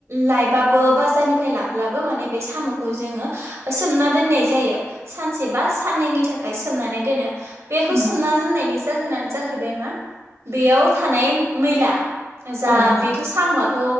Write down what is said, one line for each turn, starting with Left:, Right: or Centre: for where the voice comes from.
Right: लायबाबो बाजारनिफ्राय लाब्लाबो माने बे साम'खौ जोङो सोमना दोननाय जायो। सानसे बा साननैनि थाखाय सोमनानै दोनो बेखौ
Left: उम
Right: सोमना दोननायनि जाहोनानो जाहैबाय मा बेयाव थानाय मैला। जा
Left: औ नोंथां
Right: बेथ' सामुआथ'